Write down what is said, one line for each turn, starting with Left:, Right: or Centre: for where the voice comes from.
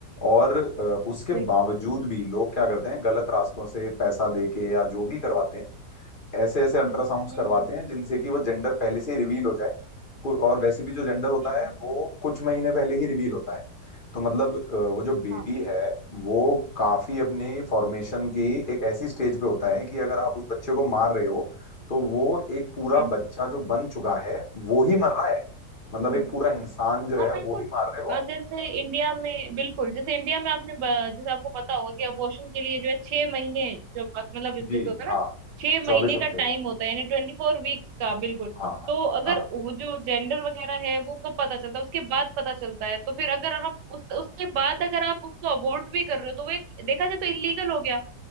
Left: और अ, उसके
Right: बिल्कुल
Left: बावजूद भी लोग क्या करते हैं गलत रास्तों से पैसा दे के या जो भी करवाते हैं ऐसे ऐसे अल्ट्रासाउंड्स करवाते
Right: हम्म
Left: हैं जिनसे कि वो जेंडर पहले से ही रिवील हो जाए को- और वैसे भी जो जेंडर होता
Right: हम्म हम्म,
Left: है वो कुछ महीने पहले ही रिवील होता है तो मतलब अ, वो जो बेबी
Right: हाँ
Left: है वो काफी अपनी फॉर्मेशन की एक ऐसी स्टेज पे होता है कि अगर आप उस बच्चे को मार रहे हो तो वो एक पूरा
Right: हम्म
Left: बच्चा
Right: हम्म।
Left: जो बन चुका है वो ही मर रहा है मतलब
Right: हम्म
Left: एक पूरा इंसान जो
Right: हाँ
Left: है वो
Right: बिल्कुल
Left: ही मार रहे हो आप
Right: और जैसे इंडिया में बिल्कुल जैसे इंडिया में आपने ब- जैसे आपको पता होगा कि अबॉर्शन के लिए जो है छह महीने जो प- मतलब जैसे
Left: जी
Right: होता है
Left: हाँ
Right: ना छह
Left: चौबीस
Right: महीने
Left: हफ्ते
Right: का टाइम होता है यानी ट्वेंटी फोर वीक्स का बिल्कुल
Left: हाँ हाँ
Right: तो अगर
Left: हाँ
Right: वो जो जेंडर वगैरह है वो कब पता चलता है उसके बाद पता चलता है तो फिर अगर हम उस उसके बाद अगर आप उसको अबॉर्ट भी कर रहे हो तो वो एक देखा जाए तो इलीगल हो गया